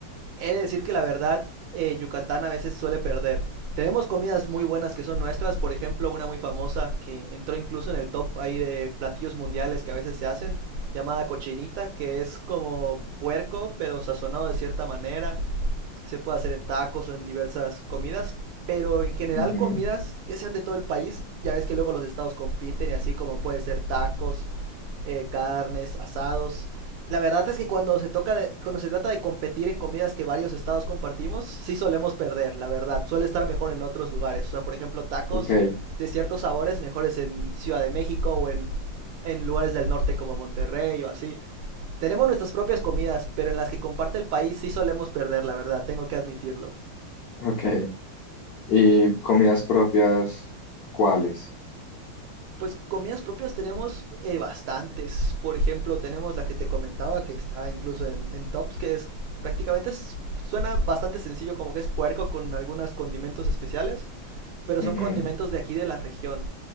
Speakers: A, on the right; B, on the left.
A: he de decir que la verdad eh, Yucatán a veces suele perder. Tenemos comidas muy buenas que son nuestras, por ejemplo, una muy famosa que entró incluso en el top ahí de platillos mundiales que a veces se hacen, llamada cochinita, que es como puerco, pero sazonado de cierta manera. Se puede hacer en tacos o en diversas comidas, pero en general
B: Ujú,
A: comidas que sean de todo el país. Ya ves que luego los estados compiten y así como puede ser tacos, eh, carnes, asados. La verdad es que cuando se, toca de- cuando se trata de competir en comidas que varios estados compartimos, sí solemos perder, la verdad. Suele estar mejor en otros lugares. O sea, por ejemplo, tacos
B: Ok,
A: de ciertos sabores mejores en Ciudad de México o en, en lugares del norte como Monterrey o así. Tenemos nuestras propias comidas, pero en las que comparte el país sí solemos perder, la verdad, tengo que admitirlo.
B: ok. ¿Y comidas propias, cuáles?
A: Pues comidas propias tenemos eh, bastantes. Por ejemplo, tenemos la que te comentaba, que está incluso en, en tops, que es prácticamente es- suena bastante sencillo, como que es puerco con algunos condimentos especiales, pero
B: Ujú,
A: son condimentos de aquí de la región.